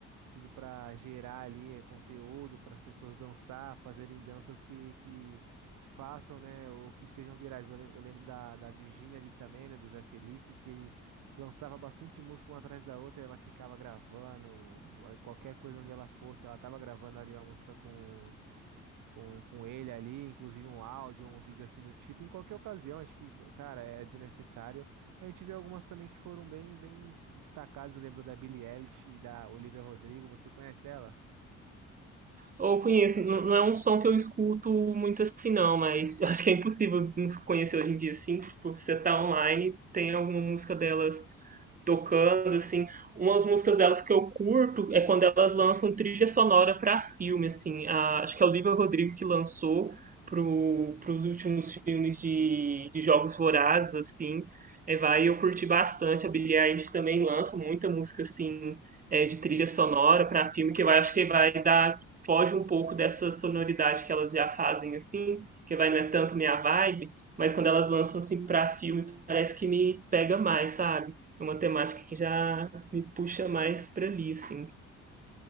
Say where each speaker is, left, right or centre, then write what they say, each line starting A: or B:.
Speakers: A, on the right; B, on the right.
A: tudo para gerar ali é, conteúdo para as pessoas dançar, fazerem danças que, que, que façam, né, ou que sejam virais. Eu, le- eu lembro da, da Virgínia ali também, né, do Zé Felipe, que ele lançava bastante música uma atrás da outra, e ela ficava gravando, aí qualquer coisa onde ela fosse, ela tava gravando ali uma música com com, com ele ali, inclusive um áudio, um vídeo assim do tipo, em qualquer ocasião, acho que, cara, é desnecessário. A gente vê algumas também que foram bem, bem se destacadas, eu lembro da Billie Eilish e da Olivia Rodrigo, você conhece elas?
B: Ou conheço, não não é um som que eu escuto muito assim, não, mas <laughs> eu acho que é impossível não conhecer hoje em dia, assim. Tipo, se você tá online, tem alguma música delas tocando, assim. Umas músicas delas que eu curto é quando elas lançam trilha sonora para filme, assim. A- acho que é o Olivia Rodrigo que lançou pro, pros últimos filmes de, de Jogos Vorazes, assim. É, vai, eu curti bastante. A Billie Eilish também lança muita música, assim, é, de trilha sonora para filme, que eu acho que vai dar, foge um pouco dessa sonoridade que elas já fazem, assim, que vai, não é tanto minha vibe, mas quando elas lançam, assim, para filme, parece que me pega mais, sabe? uma temática que já me puxa mais para ali, assim.